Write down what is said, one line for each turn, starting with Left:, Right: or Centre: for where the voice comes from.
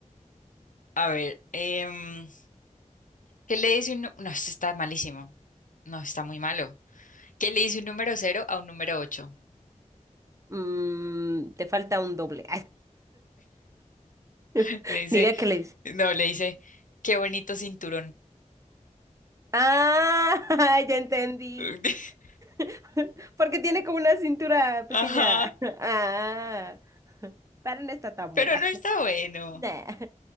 Left: A ver, em, ¿Qué le dice un... nu- No, esto está malísimo. No, está muy malo. ¿Qué le dice un número cero a un número ocho?
Right: Mm, te falta un doble.
Left: <laughs>
Right: <laughs>
Left: Le dice,
Right: Ni idea qué le dice.
Left: no, le dice, qué bonito cinturón.
Right: Ah, <laughs> ya entendí.
Left: <laughs>
Right: <laughs> Porque tiene como una cintura pequeña.
Left: Ajá,
Right: <laughs> Ah, pero no está tan
Left: pero
Right: buena.
Left: no está
Right: <laughs>
Left: bueno.
Right: Nah.